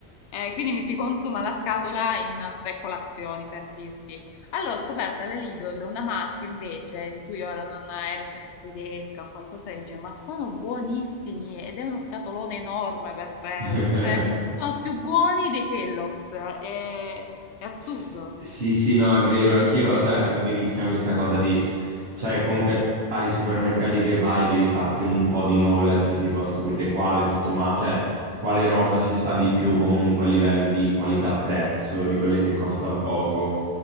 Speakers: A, on the left; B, on the right.
A: eh, quindi mi si consuma la scatola in tre colazioni, per dirti. Allora, ho scoperto alla Lidl una marca invece, di cui ora non era sempre tedesca, un qualcosa del genere, ma sono buonissimi ed è uno scatolone enorme per 3
B: <laughs>
A: euro, cioè sono più buoni dei Kellogg's, è, è assurdo.
B: Sì, sì, sì, no, è vero, anch'io, cioè, è verissima questa cosa di, cioè, comunque ai supermercati che vai devi farti un, un po' di knowledge, tipo a scoprire quale sottoma, cioè, quale roba ci sta di più comunque a livello di qualità-prezzo, di quelle che costano poco.